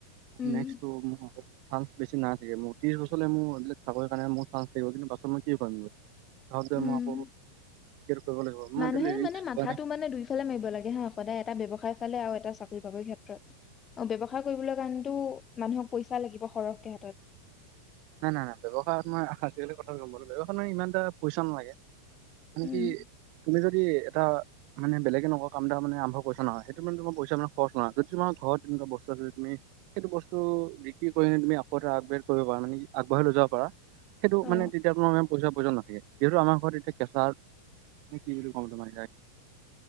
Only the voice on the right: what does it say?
নেক্সটো। চান্স বেছি নাই চাগে, মোৰ ত্ৰশ বছৰলে মোৰ এই বিলাক চাকৰিৰ কাৰণে মোৰ চান্স থাকিব। কিন্তু পাছৰ মই কি কৰিম ঘৰত গৈ
মই আকৌ বি এ টো কৰিব লাগিব। মই
এতিয়া ৰিস্ক
লোৱা নাই
নাই, নাই, নাই ব্যৱসায়ত মই আজিকালি কথা গম পালো ব্যৱসায়ত মই ইমান এটা পইচাঁ নালাগে। মানে
কি তুমি যদি। এটা মানে বেলেগে নকৰা কাম এটা মানে আৰম্ভ কৰিছ নহয় সেইটো মানে তোৰ পইচা মান খৰচ নহয়। যদি তোমাৰ ঘৰত এনেকুৱা বস্তু আছে যদি। তুমি সেইটো বস্তু বিক্ৰী কৰি তুমি আকৌ এটা আগব্ৰেড কৰিব পাৰা মানে কি। আগবঢ়াই লৈ যাব পাৰা সেইটো
মানে তেতিয়া মোৰ পইচাঁ প্ৰয়োজন নাথাকে। যিহেতু আমাৰ ঘৰত এতিয়া কেঁচা কি বুলি কম, তোমাক এতিয়াই